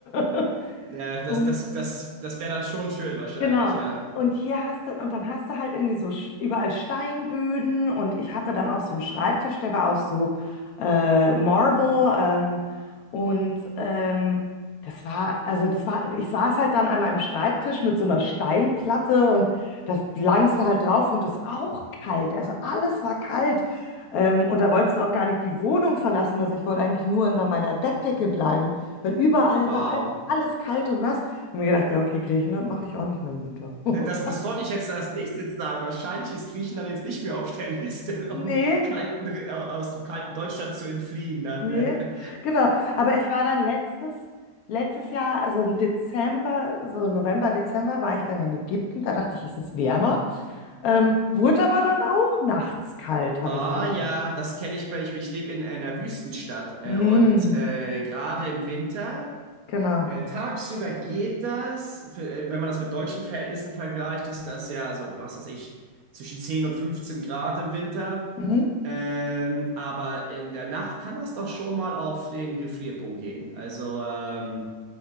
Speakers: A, on the left; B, on the right.
A: <laughs>
B: Ja, das,
A: Und
B: das, das, das wäre dann schon schön wahrscheinlich,
A: Genau.
B: ja.
A: Und hier hast du, und dann hast du halt irgendwie so st- überall Steinböden und ich hatte dann auch so einen Schreibtisch, der war aus so äh, Marble ähm, und ähm, das war, also das war, ich saß halt dann an meinem Schreibtisch mit so einer Steinplatte und das langste halt drauf und das auch kalt, also alles war kalt. Ähm, und da wolltest du auch gar nicht die Wohnung verlassen, also ich wollte eigentlich nur unter meiner Bettdecke bleiben, weil überall
B: Wow.
A: war halt alles kalt und nass. Und mir gedacht, ja, okay, Griechenland mache ich auch nicht mehr im Winter. <laughs>
B: Das, das wollte ich jetzt als nächstes sagen. Wahrscheinlich ist Griechenland jetzt nicht mehr auf der <laughs> Liste,
A: Nee,
B: um kalten, äh, aus dem kalten Deutschland zu entfliehen. Dann.
A: nee,
B: <laughs> äh.
A: genau. Aber ich war dann letztes, letztes Jahr, also im Dezember, so November, Dezember, war ich dann in Ägypten. Da dachte ich, es ist wärmer. Ähm, wurde aber dann auch nachts kalt, habe
B: Ah
A: ich gemerkt.
B: ja, das kenne ich bei. Ich, ich lebe in einer Wüstenstadt
A: Mhm,
B: äh, und äh, gerade im Winter.
A: genau.
B: Äh, tagsüber geht das, für, äh, wenn man das mit deutschen Verhältnissen vergleicht, ist das ja so, was weiß ich, zwischen 10 und 15 Grad im Winter.
A: Mhm.
B: Ähm, aber in der Nacht kann das doch schon mal auf den Gefrierpunkt gehen. Also ähm,